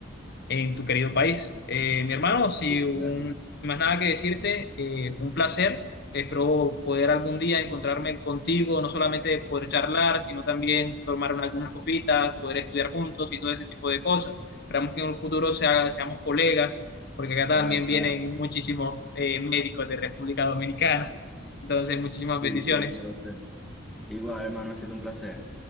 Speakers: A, on the left; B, in the centre.
A: en tu querido país. Eh, mi hermano,
B: Sí,
A: si
B: sí,
A: un,
B: claro.
A: más nada que decirte, eh, un placer. Espero poder algún día encontrarme contigo, no solamente poder charlar, sino también tomar un- algunas copitas, poder estudiar juntos y todo ese tipo de cosas. Esperamos que en un futuro se haga- seamos colegas, porque acá
B: Claro,
A: también
B: claro.
A: vienen muchísimos eh, médicos de República Dominicana. Entonces, muchísimas
B: Sí,
A: bendiciones.
B: sí, eso lo sé. Igual, hermano, ha sido un placer.